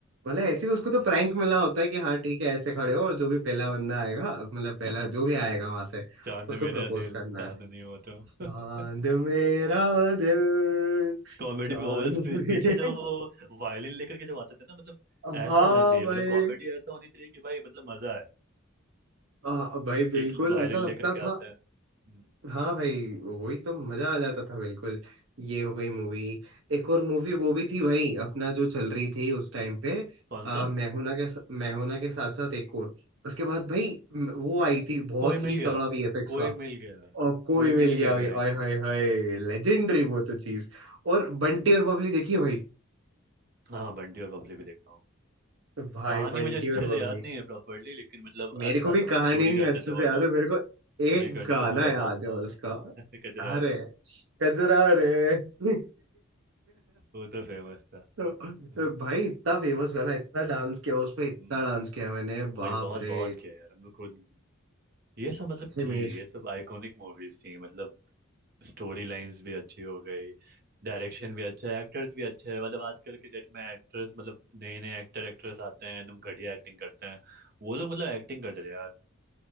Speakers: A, on the right; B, on the right.
A: मतलब ऐसे ही उसको तो
B: हम्म
A: प्रैंक मिला होता है कि हाँ ठीक है ऐसे खड़े हो और जो भी पहला बंदा आएगा मतलब पहला
B: <laughs>
A: जो भी आएगा वहां से
B: चांद
A: उसको
B: मेरा
A: प्रपोज
B: दिल
A: करना
B: चांद
A: है
B: नहीं हुआ तो
A: चांद
B: <laughs>
A: मेरा दिल
B: कॉमेडी
A: चांद
B: भी वो जो पी-
A: में-
B: पीछे जो
A: <laughs>
B: वायलिन लेकर के जब आते थे ना मतलब
A: हाँ
B: ऐसा होना चाहिए
A: भाई
B: मतलब कॉमेडी ऐसा होनी चाहिए कि भाई मतलब मजा है
A: हाँ भाई बिल्कुल
B: एक वायलिन
A: ऐसा लगता
B: लेकर के
A: था
B: आता है हम्म,
A: हाँ भाई वही तो मजा आ जाता था बिल्कुल ये हो गई मूवी एक और मूवी वो भी थी भाई अपना जो चल रही थी उस टाइम पे
B: कौन
A: आ,
B: सा
A: मैहुना के सा- मैहुना के साथ साथ एक और उसके बाद भाई म- वो आई थी बहुत
B: कोई मिल
A: ही
B: गया
A: तगड़ा वीएफएक्स
B: कोई
A: का
B: मिल गया
A: और कोई
B: कोई
A: मिल
B: मिल
A: गया
B: गया
A: भाई
B: भी आई
A: आय
B: थी
A: हाय हाय लेजेंडरी वो तो चीज और बंटी और बबली देखिए भाई
B: हाँ बंटी और बबली भी देखा
A: भाई
B: कहानी
A: बंटी
B: मुझे अच्छे
A: और
B: से
A: बबली
B: याद नहीं है प्रॉपरली लेकिन मतलब
A: मेरे
B: अच्छा
A: को भी
B: समझ
A: कहानी
B: लो चोरी
A: नहीं
B: करते
A: अच्छे
B: थे वो
A: से याद
B: लोग
A: है मेरे को
B: चोरी
A: एक
B: करते
A: गाना
B: थे थोड़ा
A: याद
B: बहुत
A: है
B: हाँ
A: उसका
B: <laughs> कचरा
A: अरे
B: रहे
A: कजरा
B: <laughs>
A: रे <laughs>
B: वो तो फेमस था
A: तो
B: हाँ।
A: भाई इतना फेमस गाना इतना डांस किया उसपे इतना
B: हम्म,
A: डांस किया मैंने
B: वही
A: बाप
B: बहुत
A: रे
B: बहुत किया यार हम लोग खुद ये सब मतलब
A: हिमेश
B: थी ये सब आइकॉनिक मूवीज थी मतलब स्टोरी लाइंस भी अच्छी हो गई डायरेक्शन भी अच्छा है एक्टर्स भी अच्छे हैं मतलब आजकल के डेट में एक्टर्स मतलब नए नए एक्टर एक्ट्रेस आते हैं एकदम घटिया एक्टिंग करते हैं वो लोग मतलब एक्टिंग करते थे यार।